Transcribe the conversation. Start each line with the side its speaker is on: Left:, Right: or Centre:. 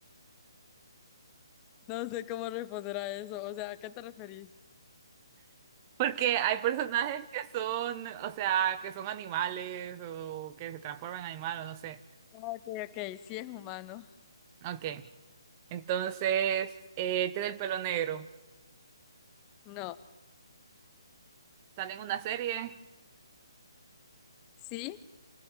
Left: No sé cómo responder a eso. O sea, ¿a qué te referís?
Right: Porque hay personajes que son, o sea, que son animales o que se transforman en animal o no sé.
Left: Ah, Ok, ok. Sí es humano.
Right: Ok. Entonces, eh, tiene el pelo negro.
Left: No.
Right: Sale en una serie.
Left: Sí,